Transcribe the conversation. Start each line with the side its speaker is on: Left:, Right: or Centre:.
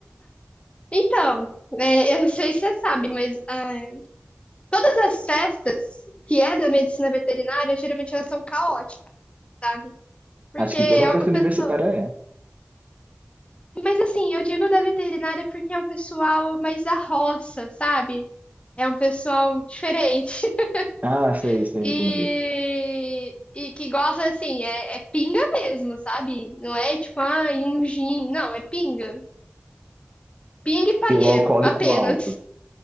Left: Então, é, eu não sei se você sabe, mas ah, todas as festas que é da medicina veterinária, geralmente elas são caóticas, sabe? Porque
Right: Acho
Left: é
Right: que toda
Left: uma
Right: festa universitária
Left: pessoa.
Right: é.
Left: Mas assim, eu digo da veterinária porque é um pessoal mais da roça, sabe? É um pessoal diferente. <laughs>
Right: Ah, sei, sei,
Left: E,
Right: entendi.
Left: e que gosta, assim, é, é pinga mesmo, sabe? Não é tipo, ah um gin. Não, é pinga. Pinga e paieiro,
Right: E o alcoólico
Left: apenas.
Right: alto.